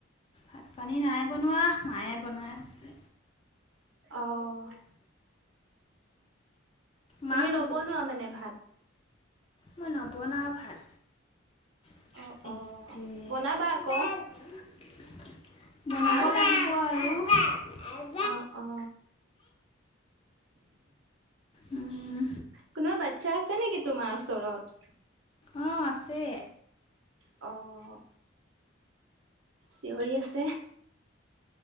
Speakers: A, on the left; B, on the right.
A: ভাত-পানী নাই বনোৱা, মায়ে বনাই আছে।
B: অ'। তুমি
A: মা ক'ত
B: নবনোৱা
A: গ'ল?
B: মানে, ভাত?
A: মই নবনাওঁ ভাত। <unintelligible>
B: অ', অ', বনাবা আকৌ।
A: বনাব
B: হা?
A: লাগিব আৰু।
B: অ', অ'।
A: উম।
B: কোনোবা বাচ্ছা আছে নেকি তোমাৰ ওচৰত?
A: অ', আছে।
B: অ'। চিঞৰি আছে।